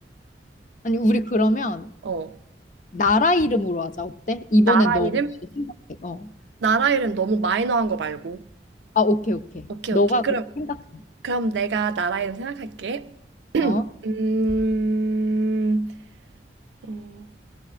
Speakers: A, on the left; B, on the right.
A: 아니, 우리 그러면
B: 어.
A: 나라 이름으로 하자. 어때? 이번엔
B: 나라
A: 너가
B: 이름?
A: 생각해. 어.
B: 나라 이름 너무 마이너한 거 말고.
A: 아, 오케이, 오케이.
B: 오케이,
A: 너가
B: 오케이. 그럼
A: 그렇게 생각해.
B: 그럼 내가 나라 이름 생각할게. <clears throat>
A: 어?
B: 음. 어.